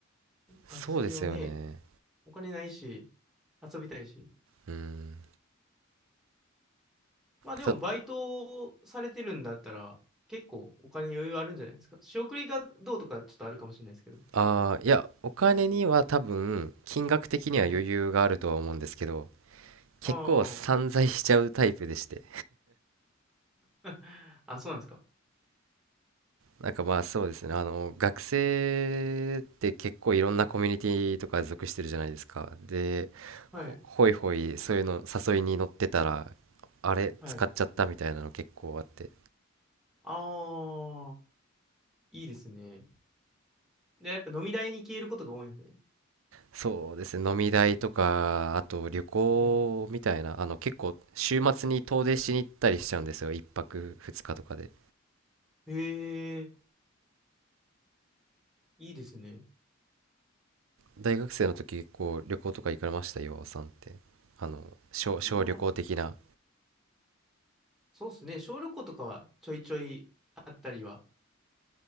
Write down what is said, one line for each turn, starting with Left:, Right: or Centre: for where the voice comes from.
Centre: 学生はね、
Right: そうですよね。
Centre: お金ないし、遊びたいし。
Right: うん。
Centre: まあでもバイトされてるんだったら結構お金余裕あるんじゃないですか。
Right: た、
Centre: 仕送りがどうとかちょっとあるかもしれないですけど。
Right: あーいや、お金には多分、金額的には余裕があるとは思うんですけど、
Centre: はい。
Right: 結構散財しちゃうタイプでして。
Centre: ああ。<laughs> あ、そうなんですか。
Right: なんかまあそうですね、あの、学生って結構いろんなコミュニティとか属してるじゃないですか。で、
Centre: はい。
Right: ほ、ほいほい、そういうの誘いに乗ってたら、あれ、
Centre: はい。
Right: 使っちゃったみたいなの結構あって。
Centre: ああ。いいですね。で、やっぱ飲み代に消えることが多いんですね。
Right: そうですね、飲み代とか、あと旅行みたいな、
Centre: うん。
Right: あの結構週末に遠出しに行ったりしちゃうんですよ、一泊二日とかで。
Centre: へえ、いいですね。
Right: 大学生の時結構旅行とか行かれました、岩尾さんって。あの、小、小旅行的な。
Centre: まあ、そうですね。小旅行とかはちょいちょいあったりは、